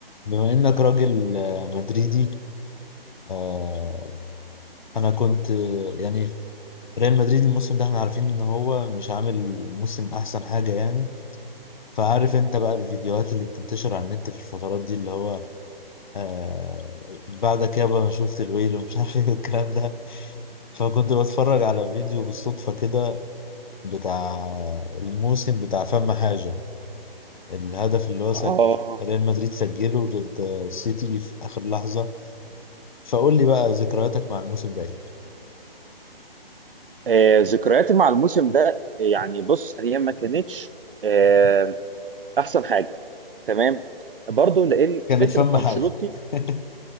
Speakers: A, on the left; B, on the right.
A: بما انك راجل آه، مدريدي آه، انا كنت آه، يعني ريال مدريد الموسم ده احنا عارفين ان هو مش عامل موسم احسن حاجة يعني فعارف انت بقى الفيديوهات اللي بتنتشر على النت في الفترات دي اللي هو آه بعدك يابا انا شفت الويل ومش <laughs> عارف ايه والكلام ده فكنت بتفرج على فيديو بالصدفة كده بتاع الموسم بتاع فم حاجة الهدف اللي هو
B: اه
A: سج... ريال مدريد سجله ضد آه، السيتي في آخر لحظة فقول لي بقى ذكرياتك مع الموسم ده ايه؟
B: آه، ذكرياتي مع الموسم ده يعني بص هي ما كانتش آه، احسن حاجه تمام برضو لان
A: كانت
B: فكره
A: فم
B: انشيلوتي
A: حاجة <laughs>